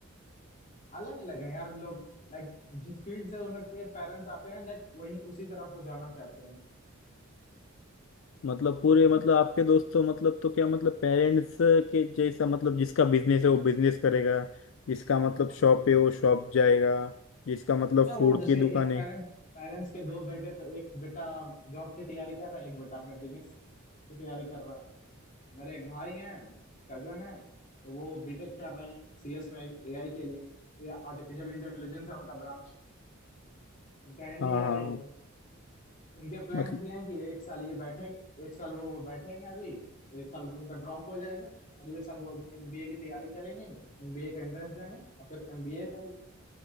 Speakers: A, on the left; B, on the left.
A: अलग अलग है यार लोग लाइक जिस फील्ड से उनके पेरेंट्स आते हैं लाइक वही उसी तरफ वो जाना चाहते हैं
B: मतलब पूरे मतलब आपके दोस्त तो मतलब तो क्या मतलब पेरेंट्स के जैसा मतलब जिसका बिजनेस है वो बिजनेस करेगा जिसका मतलब शॉप है वो शॉप जाएगा जिसका मतलब
A: ना वो
B: फूड
A: जैसे
B: की दुकान
A: एक
B: है
A: पेरेंट्स पेरेंट्स के दो बेटे तो एक बेटा जॉब की तैयारी कर रहा है एक बेटा अपने बिजनेस की तैयारी कर रहा है मेरे एक भाई हैं कजन है तो वो बीटेक कर रहे हैं सीएस में एआई के लिए ये आर्टिफिशियल इंटेलिजेंस है उनका ब्रांच उनका एंड
B: हाँ हाँ
A: ईयर
B: हाँ
A: है ये उनके प्लान्स
B: मतलब
A: भी हैं कि एक साल ये बैठे एक साल वो वो बैठेंगे अभी एक साल उनका ड्रॉप हो जाएगा अगले साल वो एमबीए की तैयारी करेंगे एमबीए का एंट्रेंस देंगे और फिर एमबीए का